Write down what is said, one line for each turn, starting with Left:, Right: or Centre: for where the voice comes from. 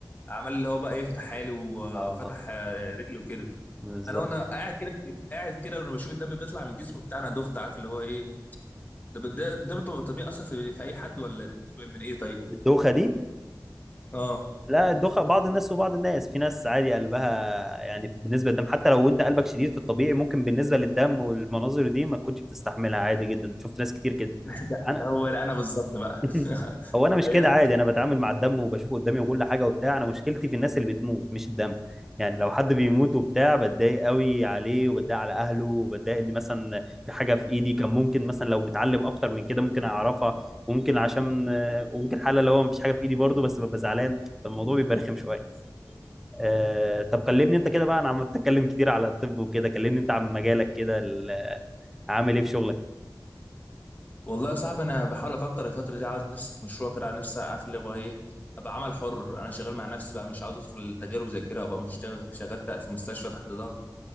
Left: عمل اللي هو بقى ايه فتحها لي وفتح
Centre: اه
Left: آه، رجلي وكده
Centre: بالظبط
Left: انا وانا قاعد كده قاعد كده وانا بشوف الدم بيطلع من جسمه بتاع انا دخت عارف اللي هو ايه ده ده ده بتبقى طبيعي اصلا في, في اي حد ولا ده بتبقى من ايه طيب
Centre: الدوخه دي
Left: اه
Centre: لا الدخن بعض الناس وبعض الناس في ناس عادي قلبها يعني بالنسبه للدم حتى لو انت قلبك شديد في الطبيعي ممكن بالنسبه للدم والمناظر دي ما تكونش بتستحملها عادي جدا شفت ناس كتير كده
Left: <laughs> ده
Centre: انا
Left: ده هو انا بالظبط بقى
Centre: <laughs>
Left: <laughs>
Centre: هو انا مش
Left: تخيل
Centre: كده عادي انا بتعامل مع الدم وبشوفه قدامي وكل حاجه وبتاع انا مشكلتي في الناس اللي بتموت مش الدم يعني لو حد بيموت وبتاع بتضايق قوي عليه وبتضايق على اهله وبتضايق ان مثلا في حاجه في ايدي كان ممكن مثلا لو متعلم اكتر من كده ممكن اعرفها وممكن عشان وممكن حاله اللي هو مفيش حاجه في ايدي برضه بس ببقى زعلان فالموضوع بيبقى رخم شويه آه، طب كلمني انت كده بقى انا عمال اتكلم كتير على الطب وكده كلمني انت عن مجالك كده ال- عامل ايه في شغلك
Left: والله يا صاحبي انا بحاول افكر الفتره دي عاوز نفسي في مشروع كده عاوز نفسي عارف اللي هو ايه ابقى عمل حر انا شغال مع نفسي بقى مش عاوز ادخل تجارب زي كده ابقى مش شغال شغال تق- في مستشفى تحت ضغط